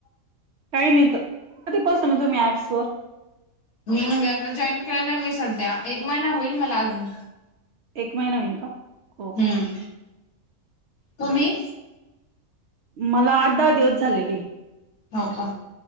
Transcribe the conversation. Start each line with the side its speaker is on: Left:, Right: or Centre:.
Right: काही नाहीत, कधी पासून तुम्ही ऍप्स वर?
Left: मी म्हणजे आता जॉईन केलय मी सध्या, एक महिना होईल मला अजून.
Right: एक महिना होईन का? हो
Left: हम्म
Right: का
Left: तुम्ही?
Right: मला आठ दहा दिवस झालेलय.
Left: हो का,